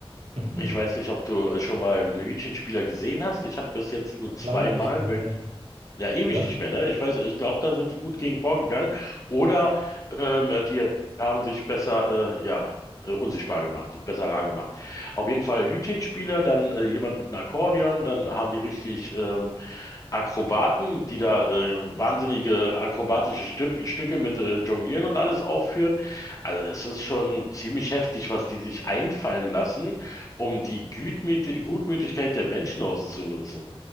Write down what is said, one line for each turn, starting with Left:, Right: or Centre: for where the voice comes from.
Right: Mhm.
Left: Ich weiß nicht, ob du schon mal einen Hütchenspieler gesehen hast. Ich habe bis jetzt nur zweimal
Right: Lange nicht mehr,
Left: wirk-
Right: ne?
Left: ja, ewig
Right: Oder?
Left: nicht mehr, ne? Ich weiß, ich glaube, da sind die gut gegen vorgegangen. Oder ähm, die haben sich besser, äh, ja, äh, unsichtbar gemacht, besser rar gemacht. Auf jeden Fall Hütchenspieler, dann äh, jemand mit einem Akkordeon, dann haben die richtig ähm, Akrobaten, die da äh, wahnsinnige akrobatische Stück, Stücke mit äh, Jonglieren und alles aufführen. Also das ist schon ziemlich heftig, was die sich einfallen lassen, um die Gütmüti- Gutmütigkeit der Menschen auszunutzen.